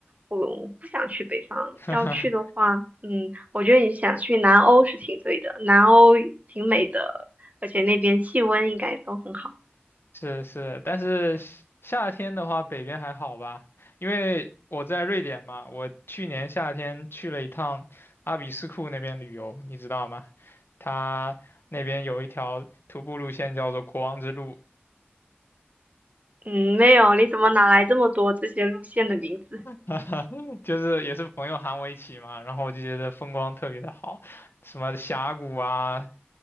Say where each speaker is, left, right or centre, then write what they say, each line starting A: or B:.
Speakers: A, on the right; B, on the left.
A: 我我不想去北方。
B: <laughs>
A: 要去的话，
B: 哈哈
A: 嗯，我觉得你想去南欧是挺对的，南欧挺美的，而且那边气温应该都很好。
B: 是是，但是夏夏天的话，北边还好吧，因为我在瑞典嘛，我去年夏天去了一趟阿比斯库那边旅游，你知道吗？它那边有一条徒步路线叫做国王之路，
A: 嗯，没有，你怎么哪来这么多这些路线的名字？
B: 哈哈 <laughs> 就是也是朋友喊我一起嘛，然后我就觉得风光特别的好，什么峡谷啊，